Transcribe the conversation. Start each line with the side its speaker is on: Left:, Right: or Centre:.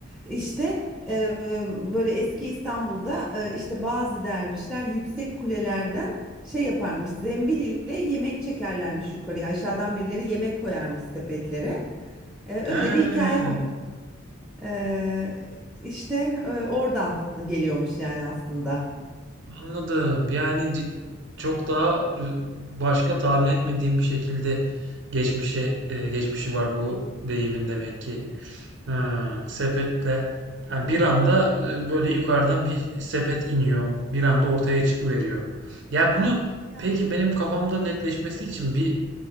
Centre: işte e, böyle eski İstanbul'da e, işte bazı dervişler yüksek kulelerden şey yaparmış zembil ile yemek çekerlermiş yukarıya aşağıdan birileri yemek koyarmış sepetlere. Ee, öyle
Right: He.
Centre: bir hikaye var. Ee, işte e, oradan geliyormuş yani aslında.
Right: Anladım. Yani cid- çok daha e, başka tahmin etmediğim bir şekilde geçmişe e, geçmişi var bu deyimin demek ki. Ha, sepetle yani bir anda e, böyle yukarıdan bir sepet iniyor. Bir anda ortaya çıkıveriyor. Ya bunu
Centre: Yani.
Right: peki benim kafamda netleşmesi için bir